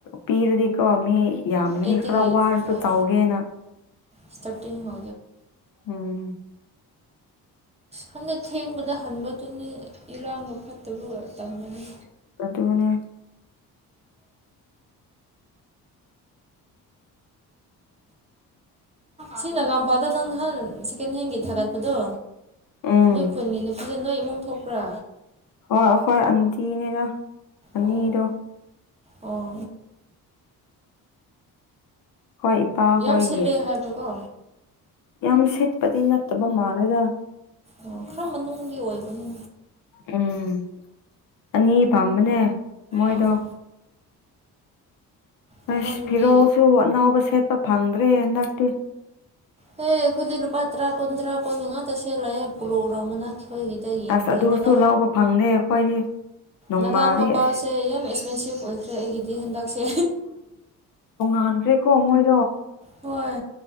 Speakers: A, on the left; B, on the right.
A: ꯄꯤꯔꯗꯤꯀꯣ ꯃꯤ ꯌꯥꯝꯒꯅꯤ
B: ꯑꯩꯠꯇꯒꯤ
A: ꯈꯔ ꯋꯥꯔꯁꯨ
B: ꯍꯣꯏ
A: ꯇꯧꯒꯦꯅ
B: ꯏꯁꯇꯥꯔꯇꯤꯡ ꯍꯣ
A: ꯎꯝ
B: ꯍꯟꯗ ꯊꯦꯡꯕꯗ ꯍꯟꯕꯗꯨꯅꯤ ꯏꯔꯥꯡꯒ ꯐꯠꯇꯕ ꯇꯝꯃꯅꯤ
A: ꯑꯗꯨꯠꯇꯒꯅꯦ
B: ꯁꯤ ꯅꯒꯥꯝꯄꯥꯗ ꯅꯪ ꯅꯍꯥꯟ ꯁꯦꯀꯦꯟ ꯍꯦꯟꯒꯤ ꯊꯥꯒꯠꯄꯗꯣ
A: ꯎꯝ
B: ꯅꯣꯏ ꯈꯨꯟꯒꯤ ꯅꯨꯄꯤꯗ ꯅꯣꯏ ꯏꯃꯨꯡ ꯊꯣꯛꯄ꯭ꯔꯥ
A: ꯍꯣꯏ ꯍꯣꯏ ꯑꯟꯇꯤꯅꯤꯗ ꯑꯅꯤꯗꯣ
B: ꯑꯣ ꯑꯣ
A: ꯍꯣꯏ ꯏꯄꯥ ꯍꯈꯣꯏꯒꯤ
B: ꯌꯥꯝ ꯁꯤꯠꯂꯦ ꯍꯥꯏꯕꯀꯣ
A: ꯌꯥꯝ ꯁꯤꯠꯄꯗꯤ ꯅꯠꯇꯕ ꯃꯥꯜꯂꯦꯗ
B: ꯑꯣ ꯀꯔꯝꯕ ꯅꯨꯡꯒꯤ ꯑꯣꯏꯕꯅ
A: ꯎꯝ ꯑꯅꯤ ꯄꯥꯝꯕꯅꯦ ꯃꯣꯏꯗꯣ
B: ꯑꯣ ꯑꯃ
A: ꯑꯁ
B: ꯅꯨꯄꯤ
A: ꯐꯤꯔꯣꯜꯁꯨ ꯑꯅꯥꯎꯕ ꯁꯦꯠꯄ ꯐꯪꯗ꯭ꯔꯦ ꯍꯟꯗꯛꯇꯤ
B: ꯍꯦ ꯈꯨꯂꯂꯨ ꯄꯇ꯭ꯔꯥ ꯀꯨꯟꯗ꯭ꯔꯥ ꯀ ꯉ ꯇꯁꯦꯂꯑꯦ ꯄꯨꯂꯣꯒ꯭ꯔꯥ ꯃꯅꯥ ꯁꯣꯏꯒꯤꯗ ꯌꯦꯡꯈ꯭ꯔꯦꯅꯒ
A: ꯑꯁ ꯑꯗꯨꯁꯨ ꯂꯧꯕ ꯐꯪꯗꯦ ꯑꯩꯈꯣꯏꯗꯤ ꯅꯣꯡꯃꯥꯗꯤ
B: ꯅꯒꯥ ꯃꯄꯜꯁꯦ
A: ꯑꯁ
B: ꯌꯥꯝ ꯑꯦꯛꯁꯄꯦꯟꯁꯤꯞ ꯑꯣꯏꯈ꯭ꯔꯦ ꯑꯩꯒꯤꯗꯤ ꯍꯟꯗꯛꯁꯦ
A: ꯃꯥꯟ ꯈꯔ‌ꯦꯀꫭ ꯃꯣꯏ
B: ꯍꯣꯏ